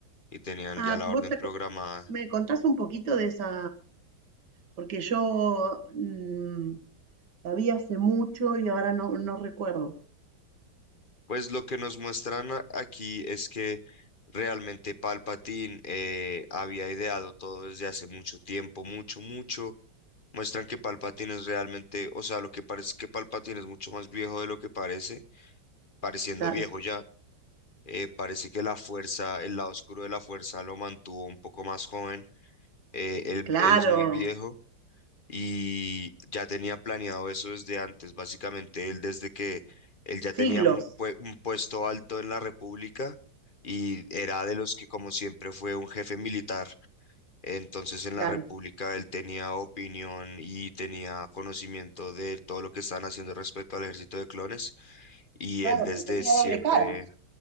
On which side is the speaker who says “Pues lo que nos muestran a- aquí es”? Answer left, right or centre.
Left